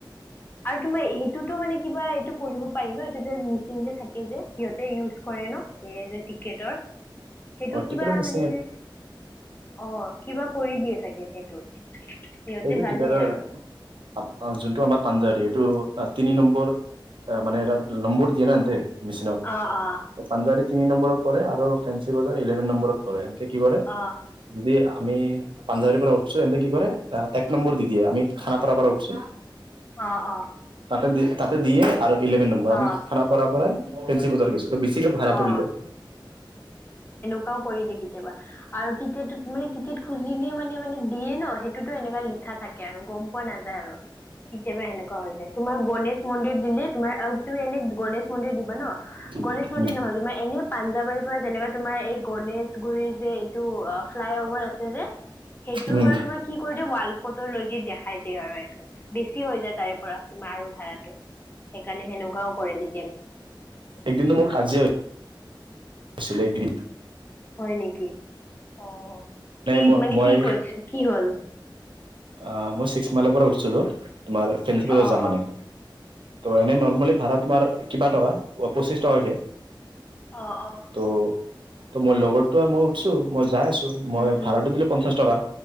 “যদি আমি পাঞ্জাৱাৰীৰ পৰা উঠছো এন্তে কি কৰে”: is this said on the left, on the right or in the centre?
Right